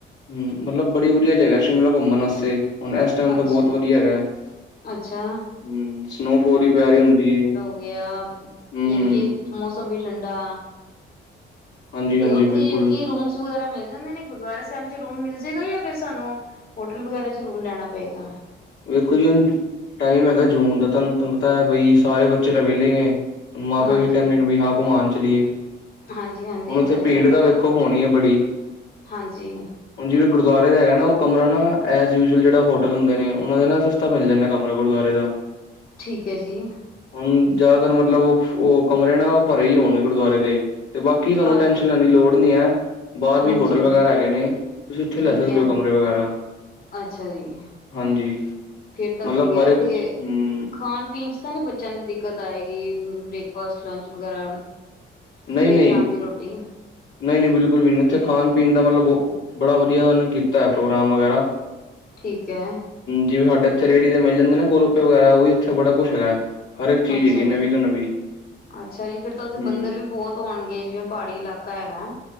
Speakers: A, on the left; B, on the left.
A: ਹੂੰ ਮਤਲਬ ਬੜੀ ਵਧੀਆ ਜਗਾ ਐ ਸ਼ਿਮਲਾ ਘੁੰਮਣ ਵਾਸਤੇ ਹੁਣ ਐਸ ਟਾਈਮ
B: ਅੱਛਾ।
A: ਤਾਂ ਬੋਤ ਵਧੀਆ ਹੈਗਾ ਐ। ਹੂੰ
B: ਅੱਛਾ,
A: ਸਨੋਫੋਲ ਵੀ ਪੈ ਰੀ ਹੁੰਦੀ ਏ।
B: ਯਾ,
A: ਹੂੰ-ਹੂੰ,
B: ਯਾਨੀ ਕੇ ਮੌਸਮ ਵੀ ਠੰਡਾ
A: ਹਾਂਜੀ-ਹਾਂਜੀ,
B: 'ਤੇ ਉੱਥੇ
A: ਬਿਲਕੁਲ
B: ਯਾਨੀ ਕਿ ਰੂਮਸ ਵਗੈਰਾ ਮਿਲ ਜਾਂਦੇ ਨੇ ਗੁਰਦੁਆਰਾ ਸੇਅਮ 'ਚ ਰੂਮ ਮਿਲ ਜੇਗਾ ਜਾਂ ਫਿਰ ਸਾਨੂੰ ਹੋਟਲ ਵਗੈਰਾ 'ਚ ਰੂਮ ਲੈਣਾ ਪਏਗਾ?
A: ਵੇਖੋ ਜੀ ਹੁਣ ਟਾਈਮ ਹੈਗਾ ਜੂਨ ਦਾ ਤੁਹਾਨੂੰ, ਤੁਹਾਨੂੰ ਪਤਾ ਐ ਬਈ ਸਾਰੇ ਬੱਚੇ ਤਾਂ ਵੇਲੇ ਨੇ ਮਾਂ ਪਿਓ
B: ਹਾਂਜੀ
A: ਵੀ ਕੈਂਦੇ ਨੇ ਵੀ ਹਾਂ ਘੁੰਮਾਣ ਚਲੀਏ,
B: ਹਾਂਜੀ ਹਾਂਜੀ
A: ਹੁਣ
B: ਇਹ
A: ਉੱਥੇ
B: ਤਾਂ ਹੈਗਾ
A: ਭੀੜ ਦਾ ਵੇ ਖੋ ਹੋਣੀ ਏ ਬੜੀ।
B: ਹਾਂਜੀ।
A: ਹੁਣ ਜਿਵੇਂ ਗੁਰਦੁਆਰੇ ਦਾ ਹੈਗਾ ਨਾ ਓ ਕਮਰਾ ਨਾ ਐਜ ਯੂਜਅਲ ਜੇੜਾ ਹੋਟਲ ਹੁੰਦੇ ਨੇ ਉਨਾਂ ਦੇ ਨਾ ਸਸਤਾ ਮਿਲ ਜਾਂਦਾ ਕਮਰਾ ਗੁਰਦੁਆਰੇ ਦਾ।
B: ਠੀਕ ਐ ਜੀ।
A: ਹੁਣ ਜ਼ਿਆਦਾਤਰ ਮਤਲਬ ਓਫ ਓ ਕਮਰੇ ਨਾ ਭਰੇ ਈ ਹੋਣਗੇ ਗੁਰਦੁਵਾਰੇ ਦੇ। 'ਤੇ ਬਾਕੀ ਤੁਹਾਨੂੰ
B: ਹਾਂ
A: ਟੈਂਸ਼ਨ ਲੈਣ ਦੀ ਲੋੜ ਨੀ ਐ ਬਾਰ ਵੀ
B: ਹਾਂਜੀ
A: ਹੋਟਲ ਵਗੈਰਾ ਹੈਗੇ ਨੇ ਤੁਸੀਂ ਉੱਥੇ
B: ਠੀਕ
A: ਲੈ ਸਕਦੇ
B: ਹੈ
A: ਓ ਕਮਰੇ ਵਗੈਰਾ।
B: ਅੱਛਾ ਜੀ।
A: ਹਾਂਜੀ।
B: ਫੇਰ ਤਾਂ
A: ਮਤਲਬ
B: ਵਧੀਆ
A: ਹਰ ਇੱਕ
B: ਤੇ
A: ਹਮ
B: ਖਾਣ ਪੀਣ ਤਾ ਨੀ ਬੱਚਿਆਂ ਦੀ ਦਿੱਕਤ ਆਏਗੀ ਬ੍ਰੇਕਫਾਸਟ ਲੰਚ ਵਗੈਰਾ,
A: ਨਹੀਂ-ਨਹੀਂ,
B: ਸਵੇਰ ਸ਼ਾਮ ਦੀ ਰੋਟੀ
A: ਨਹੀਂ-ਨਹੀਂ, ਬਿਲਕੁਲ ਵੀ ਨਹੀ ਉੱਥੇ ਖਾਣ ਪੀਣ ਦਾ ਮਤਲਬ, ਬੜਾ ਵਧੀਆ ਉਹਨੇ ਕੀਤਾ ਹੈ ਪ੍ਰੋਗਰਾਮ ਵਗੈਰਾ,
B: ਠੀਕ ਹੈ।
A: ਜਿਵੇਂ ਸਾਡੇ ਇਥੇ ਰੇੜੀ ਤੇ ਮਿਲ ਜਾਂਦੇ ਨਾ ਗੋਲੋਪੇ ਵਗੈਰਾ ਉਹ ਇੱਥੇ ਬੜਾ ਕੁਛ ਹੈਗਾ ਹੈ। ਹਰ ਇੱਕ ਚੀਜ਼
B: ਅੱਛਾ
A: ਹੈਗੀ ਨਵੀਂ
B: ਜੀ
A: ਤੋਂ ਨਵੀਂ।
B: ਅੱਛਾ ਜੀ ਫੇਰ ਤਾਂ ਉੱਥੇ
A: ਹਮ
B: ਬੰਦਰ ਵੀ ਬਹੁਤ ਹੋਣਗੇ ਜਿਵੇਂ ਪਹਾੜੀ ਇਲਾਕਾ ਹੈਗਾ।